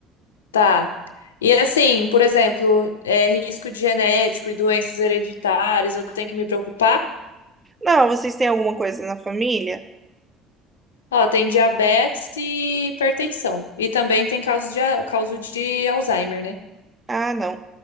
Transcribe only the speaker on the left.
tá. E assim, por exemplo, é, risco de genético e doenças hereditárias, eu tenho que me preocupar?
Ó, tem diabetes e hipertensão. E também tem caso de, a- caso de Alzheimer, né?